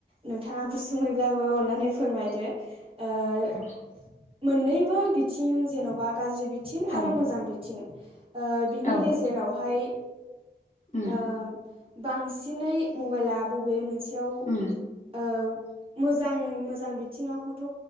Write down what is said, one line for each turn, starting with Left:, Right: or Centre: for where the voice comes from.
Right: नोंथाङा गुसुङै ब्लाबो अननानै फोरमायदो ओ
Left: औ
Right: मोननैबो बिथिं जेन'बा गाज्रि बिथिं
Left: औ
Right: आरो मोजां बिथिं
Left: औ
Right: बिनि गेजेरावहाय
Left: उम
Right: ओ बांसिनै मबाइला बबे मोनसेयाव ओ
Left: उम
Right: मोजां मोजां बिथिङाखौथ'